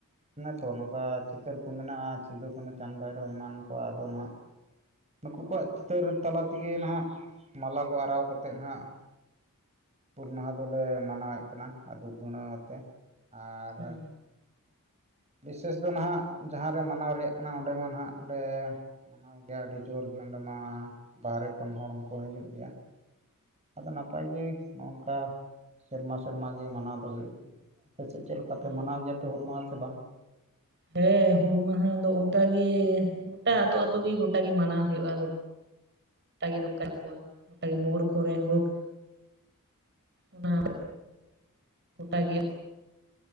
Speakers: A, on the right; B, on the right.
A: ᱚᱱᱮ ᱛᱚ ᱱᱚᱝᱠᱟ ᱪᱤᱛᱟᱹᱨ ᱠᱚ ᱢᱮᱱᱟᱜᱼᱟ ᱥᱤᱫᱩ ᱠᱟᱹᱱᱦᱩ ᱪᱟᱸᱫᱽ ᱵᱷᱟᱭᱨᱳ ᱮᱢᱟᱱ ᱠᱚ ᱟᱫᱚ ᱱᱟᱜ ᱱᱩᱠᱩ ᱠᱚᱣᱟᱜ ᱪᱤᱛᱟᱹᱨ ᱛᱟᱞᱟ ᱛᱮᱜᱮ ᱱᱟᱦᱟᱜ ᱢᱟᱞᱟ ᱠᱚ ᱟᱨᱟᱣ ᱠᱟᱛᱮᱫ ᱱᱟᱦᱟᱜ ᱦᱩᱞ ᱢᱟᱦᱟ ᱫᱚᱞᱮ ᱢᱟᱱᱟᱣᱮᱫ ᱠᱟᱱᱟ ᱫᱩᱯ ᱫᱷᱩᱲᱟᱹᱣ ᱟᱛᱮ ᱟᱨ
B: ᱦᱩᱸ
A: ᱵᱤᱥᱮᱥ ᱫᱚ ᱱᱟᱦᱟᱜ ᱡᱟᱦᱟᱸᱨᱮ ᱢᱟᱱᱟᱣ ᱨᱮᱭᱟᱜ ᱠᱟᱱᱟ ᱚᱸᱰᱮ ᱢᱟ ᱱᱟᱦᱟᱜ ᱞᱮ ᱢᱟᱱᱟᱣ ᱜᱮᱭᱟ ᱟᱹᱰᱤ ᱡᱳᱨᱜᱮ ᱚᱸᱰᱮᱢᱟ ᱵᱟᱦᱨᱮ ᱠᱷᱚᱱ ᱦᱚᱲ ᱦᱚᱸᱠᱚ ᱦᱤᱡᱩᱜ ᱜᱮᱭᱟ᱾ ᱟᱫᱚ ᱱᱟᱯᱟᱭ ᱜᱮ ᱱᱚᱜ ᱱᱚᱝᱠᱟ ᱥᱮᱨᱢᱟ ᱥᱮᱨᱢᱟ ᱜᱮ ᱢᱟᱱᱟᱣ ᱫᱚ ᱦᱩᱭᱩᱜ ᱠᱟᱱᱟ᱾ ᱟᱯᱮ ᱥᱮᱫ ᱪᱮᱫ ᱞᱮᱠᱟ
B: ᱦᱩᱸ
A: ᱯᱮ ᱢᱟᱱᱟᱣ ᱜᱮᱭᱟ ᱦᱩᱞ ᱢᱟᱦᱟ ᱥᱮ ᱵᱟᱝ?
B: ᱦᱮᱸ, ᱦᱩᱞ ᱢᱟᱦᱟ ᱫᱚ ᱚᱱᱠᱟᱜ ᱜᱮ ᱜᱚᱴᱟ ᱟᱛᱩ ᱟᱛᱩ ᱜᱮ ᱜᱚᱴᱟ ᱜᱮ ᱢᱟᱱᱟᱣ ᱦᱩᱭᱩᱜᱼᱟ, ᱜᱚᱴᱟᱜᱮ ᱱᱚᱝᱠᱟ ᱠᱟᱠᱩᱣᱟ <unintelligible> ᱜᱚᱴᱟ ᱜᱮ ᱢᱳᱲ ᱠᱚᱨᱮ ᱦᱳᱠᱼᱼ ᱚᱱᱟ ᱜᱚᱴᱟ ᱜᱮᱭᱟ <inaudible>